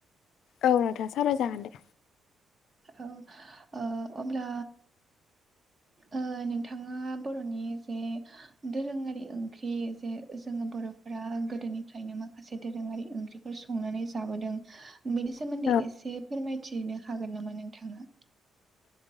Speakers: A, on the left; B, on the right.
A: औ नोंथां सावराय जागोन दे।
B: औ ओ अब्ला ओ नोंथाङा बर'नि जे दोरोङारि ओंख्रि जे जोङो बर'फोरा <unintelligible> गोदोनिफ्रायनो माखासे दोरोङारि ओंख्रिफोर संनानै जाबोदों। बेनि सोमोन्दै
A: औ
B: एसे फोरमायथिनो हागोन नामा नोंथाङा?